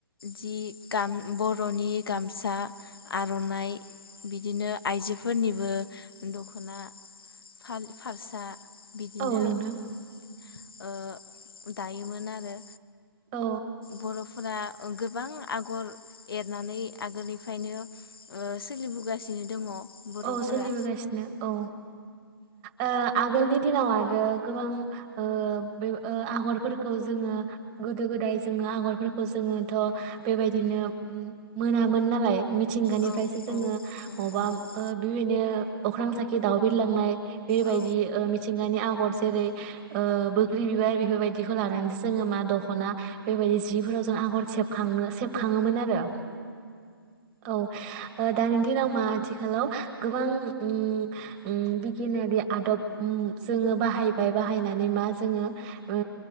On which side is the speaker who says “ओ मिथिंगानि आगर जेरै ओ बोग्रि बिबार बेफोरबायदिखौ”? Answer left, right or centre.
Right